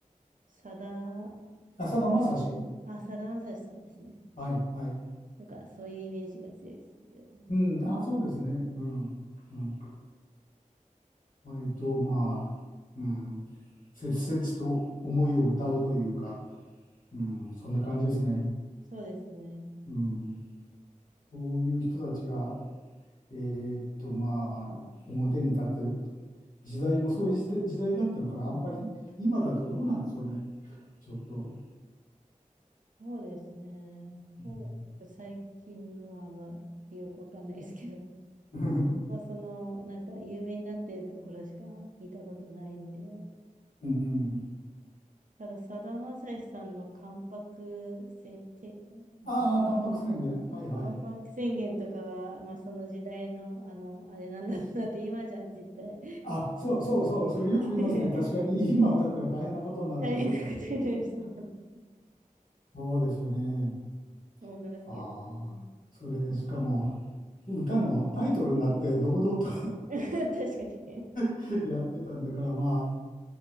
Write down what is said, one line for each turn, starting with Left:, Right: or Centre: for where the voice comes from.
Right: さだ、
Left: あ、さだまさし
Right: あ、さだまさしさんですね。
Left: はい、はい。
Right: とか、そういうイメージが強いですけどね。
Left: うん、あ、そうですね。うん。うん。割と、まあ、うん。切々と思いを歌うというか、うん、そんな感じですね。
Right: そうですね。
Left: うん。そういう人たちが、えーっと、まあ、表に立って、時代もそういう時代時代だったのかな。あんまり、今だとどうなんでしょうね。ちょっと。
Right: そうですね。
Left: うん。
Right: フォーク最近のはあまりよくわかんないですけど、
Left: <laughs>
Right: もうその、なんか有名になってるところしか聞いたことないんで、
Left: うん。
Right: ただ、さだまさしさんの関白せんて、
Left: ああー、
Right: ん
Left: タンパク宣言。はいはい。
Right: 万博宣言とかは、まあ、その時代の、あの、あれなんだろうなって、今じゃ絶対
Left: あ、そうそうそう、それよく言いますね。
Right: <laughs>
Left: 確かに <laughs> 今歌ったら大変なことになっちゃうって。
Right: 大変なことになりそうだなと
Left: そうですよね。
Right: 思いますけど。
Left: ああ、
Right: うん
Left: それでしかも歌のタイトルになって堂々と
Right: <laughs> 確かに
Left: <laughs> やってたんだから、まあ、